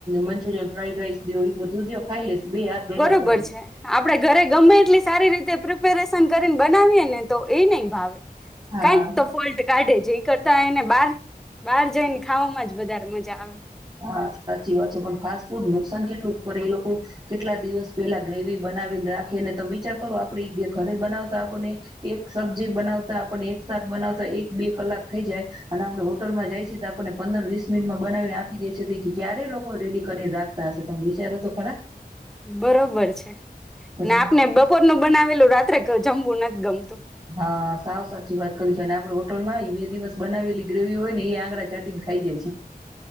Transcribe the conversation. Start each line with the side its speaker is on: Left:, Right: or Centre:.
Right: મંચુરિન ફ્રાઈડ રાઈસ દ્યો બધું દયો ખાઈ લેશે બે હાથ ભેગા
Centre: બબર
Right: કરીને
Centre: છે આપડે ઘરે ગમે એટલી સારી રીતે પ્રિપેરેશન કરીને બનાવીએને તો એ નહી ભાવે.
Right: હા
Centre: કાંઈક તો ફોલ્ટ કાઢે છે એ કરતા એને બાર બહાર જઈને ખાવામાં જ વધારે મજા આવે.
Right: હા સાચી વાત છે પણ ફાસ્ટ ફૂડ નુકસાન કેટલું પર એ લોકો, કેટલા દિવસ પેલા ગ્રેવી બનાવીને રાખેને તમે વિચાર કરો આપડી ઘરે બનાવતા આપને એક સબ્જી બનાવતા આપણને એક સાથે બનાવતા એક બે કલાક થઈ જાય, અને આપડ હોટલમાં જાય છે તો આપણને પંદર વીસ મિનિટમાં બનાવીને દે છે તો ક્યારે લોકો રેડી કરીને રાખતા હશે તમે વિચારો તો ખરા.
Centre: બરોબર છે,
Right: એટલે
Centre: અને આપને બપોરનું બનાવેલું રાત્રે ક જમવું નથી. ગમતું.
Right: હા, સાવ સાચી વાત કરી છું અને આપડે હોટલમાં બે દિવસ બનાવેલી ગ્રેવી હોય ને એ આંગળા ચાટીને ખાઈ જઈશું.